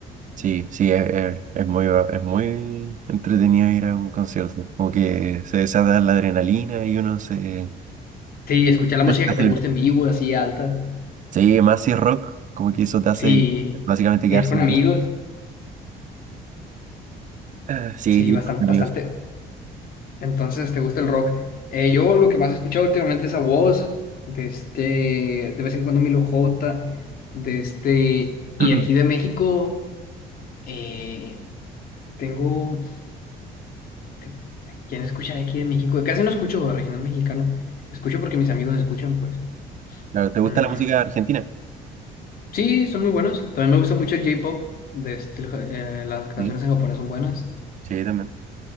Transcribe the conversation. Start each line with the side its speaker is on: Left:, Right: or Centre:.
Right: Sí, sí, es, es- es muy, va- es muy entretenido ir a un concierto. Como que se desata la adrenalina y uno se...
Left: Sí, escuchar la
Right: se
Left: música
Right: hace
Left: que te gusta en vivo, así alta.
Right: Sí, más si es rock, como que eso te hace
Left: Sí,
Right: básicamente
Left: ir
Right: quedarse
Left: con
Right: en
Left: amigos,
Right: voz. Ah, Sí,
Left: sí, bastante,
Right: ir con
Left: bastante.
Right: amigos.
Left: Entonces, ¿te gusta el rock? Eh, yo lo que más he escuchado últimamente es a Wos, de este, de vez en cuando Milo J, de este, y
Right: <clears throat>
Left: aquí de México, eh, tengo, te- ¿quién escuchará aquí de México? Casi no escucho regional mexicano, escucho porque mis amigos escuchan, pues.
Right: Claro, ¿te gusta
Left: Mm,
Right: la música argentina?
Left: sí, son muy buenos. También me gusta mucho el J-pop, de este, el ja- eh, las canciones
Right: Sí,
Left: en japonés son buenas.
Right: sí, también.